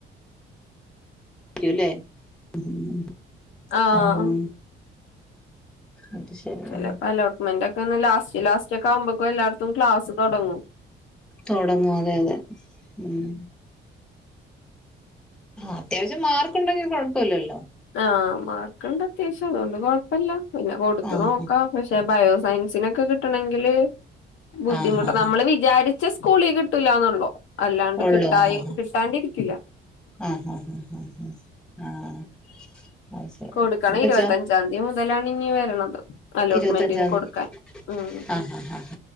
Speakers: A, in the centre; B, on the left.
A: <unintelligible>
B: ആഹ
A: ആഹ് അത് ശരി
B: ചിലപ്പോ അലോട്ട്മെന്റ് ഒക്കെ ലാസ്റ്റ് ലാസ്റ്റ് ഒക്കെ ആവുമ്പോക്ക എല്ലാടത്തും ക്ലാസ് തുടങ്ങും
A: തുടങ്ങും അതെ അതെ ഉം അത്യാവശ്യം മാർക്ക് ഉണ്ടെങ്കിൽ കൊഴപ്പല്ലല്ലോ
B: ആഹ് മാർക്ക്ണ്ട് അത്യാവശ്യം അതുകൊണ്ട് കൊഴപ്പല്ല പിന്നെ കൊടുത്ത്
A: ആഹ്
B: നോക്കാം. പക്ഷെ സയൻസിനൊക്കെ കിട്ടണെങ്കില് ബുദ്ധിമുട്ട
A: ആഹ് ആഹ് ആഹ്
B: നമ്മള് വിചാരി ച്ചല സ്കൂളിൽ കിട്ടൂലാന്നുള്ളൂ അല്ലാണ്ട്
A: ഉള്ളൂ
B: കിട്ടായി
A: ആഹ്
B: കിട്ടാണ്ടിരിക്കില്ല
A: ആഹ് ഹാ ഹാ ആഹ് അത് ശരി
B: കൊടുക്കണം
A: ഇപ്പ
B: ഇരുപത്തഞ്ചാംതി
A: ച
B: മുതലാണ് ഇനി വര്ണത് അലോട്ട്മെന്റിന്
A: ഇരുപത്തഞ്ചാം
B: കൊടുക്കാൻ
A: തീയതി
B: ഉം
A: ആഹ് ആഹ് ആഹ്